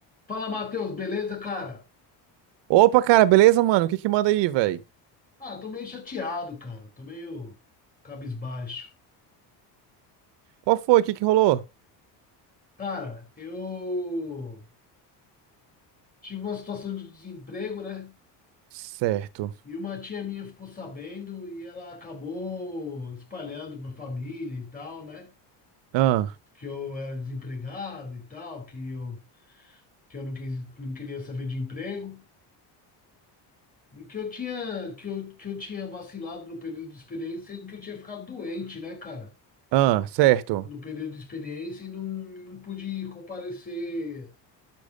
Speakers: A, on the left; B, on the right.
A: Fala, Matheus, beleza, cara?
B: Opa, cara, beleza, mano? O que que manda aí, velho?
A: Ah, tô meio chateado, cara. Tô meio cabisbaixo.
B: Qual foi? O que que rolou?
A: Cara, eu tive uma situação de desemprego, né?
B: Certo.
A: E uma tia minha ficou sabendo e ela acabou espalhando pra família e tal, né?
B: Ah,
A: Que eu era desempregado e tal, que eu, que eu não quis, não queria saber de emprego. E que eu tinha, que eu, que eu tinha vacilado no período de experiência, sendo que eu tinha ficado doente, né, cara?
B: ah, certo.
A: no período de experiência e não, não pude comparecer